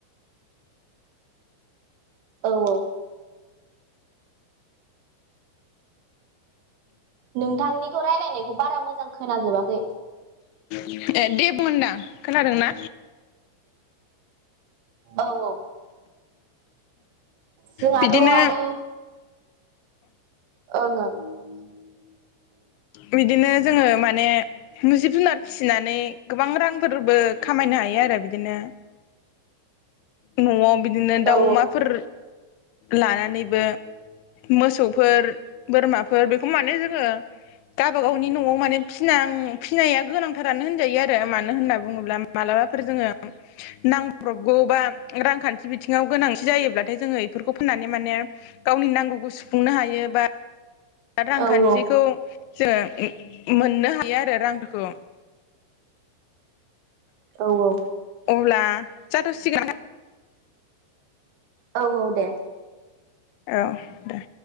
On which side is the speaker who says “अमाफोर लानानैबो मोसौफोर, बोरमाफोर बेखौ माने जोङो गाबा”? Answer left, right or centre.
Left